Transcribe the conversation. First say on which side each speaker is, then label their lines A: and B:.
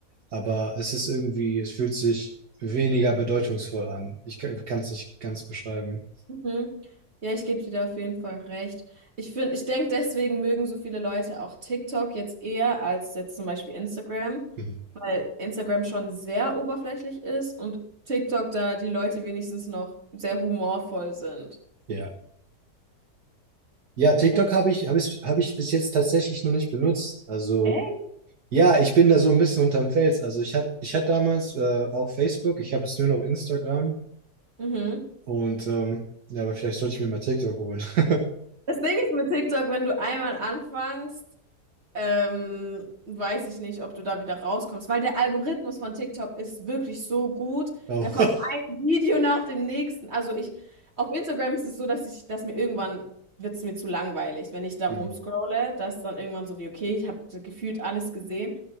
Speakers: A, on the right (about 70°); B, on the right (about 40°).
A: aber es ist irgendwie, es fühlt sich weniger bedeutungsvoll an. Ich kann es nicht ganz beschreiben.
B: Mhm. Ja, ich gebe dir da auf jeden Fall recht. Ich finde, ich denke, deswegen mögen so viele Leute auch TikTok jetzt eher als jetzt zum Beispiel Instagram.
A: Mhm.
B: weil Instagram schon sehr oberflächlich ist und TikTok da die Leute wenigstens noch sehr humorvoll sind.
A: Ja. Ja, TikTok
B: Oh,
A: habe ich, habe ich, habe ich bis jetzt tatsächlich noch nicht benutzt. Also,
B: echt?
A: ja, ich bin da so ein bisschen unterm Fels. Also, ich hatte ich hatte damals äh, auch Facebook, ich habe jetzt nur noch Instagram
B: Mhm.
A: und ähm, ja, aber vielleicht sollte ich mir mal TikTok holen. <laughs>
B: Das Ding ist mit TikTok, wenn du einmal anfängst, ähm, weiß ich nicht, ob du da wieder rauskommst, weil der Algorithmus von TikTok ist wirklich so gut.
A: Oh.
B: Da kommt
A: <laughs>
B: ein Video nach dem nächsten. Also ich, auf Instagram ist es so, dass ich, dass mir irgendwann wird es mir zu langweilig, wenn ich da
A: Hm.
B: rumscrolle, dass dann irgendwann so wie, okay, ich habe gefühlt alles gesehen.